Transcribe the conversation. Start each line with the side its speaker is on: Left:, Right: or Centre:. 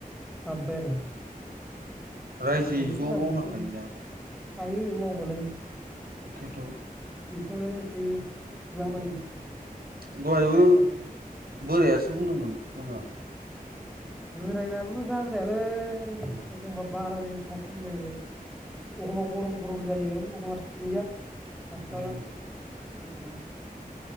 Centre: हाबबाय आरो
Right: रायजोयै
Centre: दिनै एसे
Right: ज'
Centre: गाबोन
Right: मावनो
Centre: एसे
Right: हायोना?
Centre: हायो मावबालाय
Right: एखेथ'
Centre: बेखौनो जे बिलाबायो।
Right: दहायबो
Centre: जानांगौ
Right: बोरायासो बुंदोंमोन जोंना
Centre: बोरायनायाबो जाद्रायालै एखमबा बारा जायो एखमबा खम जायो। अखमब गरम गरम जायो अखम्बा गैया हास्लाबा
Right: उम
Centre: मानसियानो